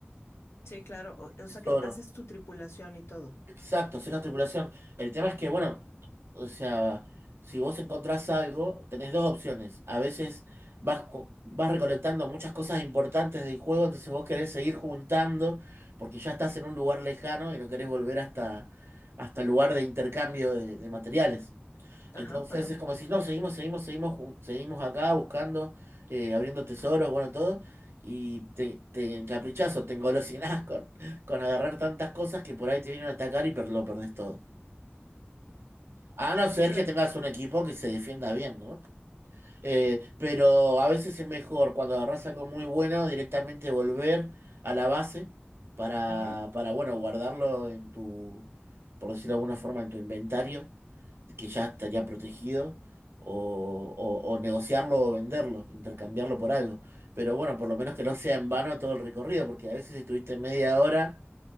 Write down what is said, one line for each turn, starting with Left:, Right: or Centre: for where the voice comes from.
Left: Sí, claro. O, o
Right: tesoro
Left: sea que haces tu tripulación y todo.
Right: Exacto, es una tripulación. El tema es que, bueno, o sea, si vos encontrás algo, tenés dos opciones. A veces vas, co- vas recolectando muchas cosas importantes del juego, entonces vos querés seguir juntando, porque ya estás en un lugar lejano y no querés volver hasta, hasta el lugar de intercambio de, de materiales.
Left: Ajá,
Right: Entonces
Left: ajá.
Right: es como si no, seguimos, seguimos, seguimos, jun- seguimos acá buscando, eh, abriendo tesoros, bueno, todo. Y te, te encaprichás o te engolosinás <laughs> con, con agarrar tantas cosas que por ahí te vienen a atacar y per- lo perdés todo. A no ser
Left: O sea,
Right: que tengas un equipo que se defienda bien, ¿no? Eh, pero a veces es mejor cuando agarrás algo muy bueno directamente volver a la base para,
Left: ujú.
Right: para bueno, guardarlo en tu, por decirlo de alguna forma, en tu inventario que ya estaría protegido, o, o- o negociarlo o venderlo, intercambiarlo por algo. Pero bueno, por lo menos que no sea en vano todo el recorrido, porque a veces estuviste media hora